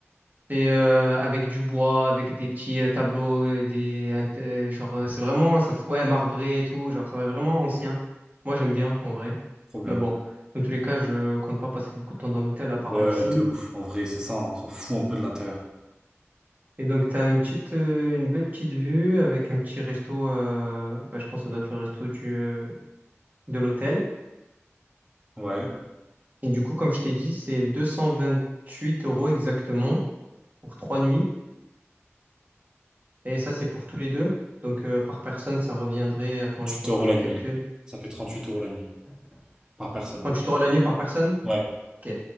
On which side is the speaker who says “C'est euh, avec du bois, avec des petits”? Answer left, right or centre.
Right